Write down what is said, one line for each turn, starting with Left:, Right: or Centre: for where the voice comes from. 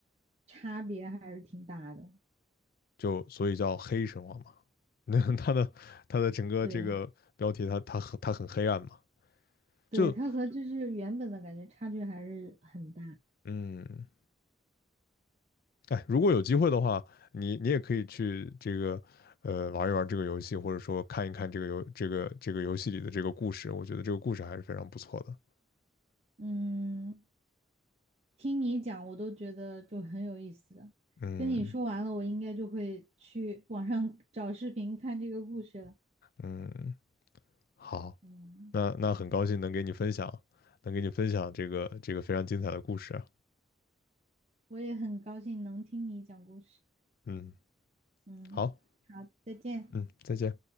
Right: 差别还是挺大的。
Left: 就所以叫黑神话嘛，那 <laughs> 他的他的整个这个标题他他他很黑暗嘛。
Right: 对，对，
Left: 就
Right: 它和就是原本的感觉差距还是很大。
Left: 嗯，哎，如果有机会的话，你你也可以去这个呃玩一玩这个游戏，或者说看一看这个游这个这个游戏里的这个故事，我觉得这个故事还是非常不错的。
Right: 嗯，听你讲，我都觉得就很有意思了。
Left: 嗯
Right: 跟你说完了，我应该就会去网上 <laughs> 找视频看这个故事了。
Left: 嗯，好，
Right: 嗯，
Left: 那那很高兴能给你分享，能给你分享这个这个非常精彩的故事啊
Right: 我也很高兴能听你讲故事。
Left: 嗯，
Right: 嗯，
Left: 好，
Right: 好，再见。
Left: 嗯，再见。